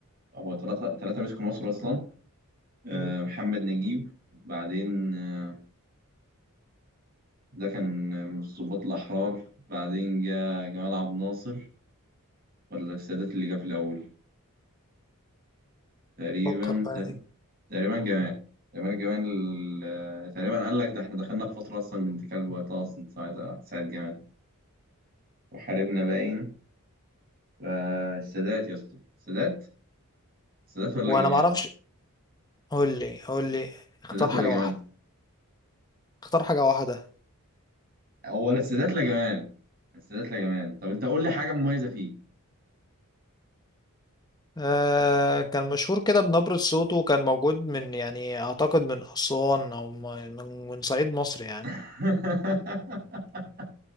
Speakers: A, on the right; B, on the left.
A: هو ثلاثة ثلاثة مسكوا مصر أصلا آه،
B: مم.
A: محمد نجيب بعدين آه، ده كان من الضباط الأحرار بعدين جاء جمال عبد الناصر ولا السادات اللي جه في الأول تقريبا
B: فكر بقى
A: ت-
B: يا نجمي
A: تقريبا جمال تقريبا جمال ال- تقريبا قال لك ده احنا دخلنا في فترة أصلا بنت كلب وقتها أصلا ساعة ساعة جمال وحاربنا باين فالسادات يا اسطى السادات السادات ولا
B: هو
A: ج-
B: أنا معرفش قول لي قول لي اختار
A: السادات
B: حاجة
A: ولا جمال
B: واحدة اختار حاجة واحدة
A: هو لا السادات لا جمال السادات لا جمال طب أنت قول لي حاجة مميزة فيه
B: آه كان مشهور كده بنبرة صوته وكان موجود من يعني أعتقد من أسوان أو من من من صعيد مصر يعني
A: <laughs>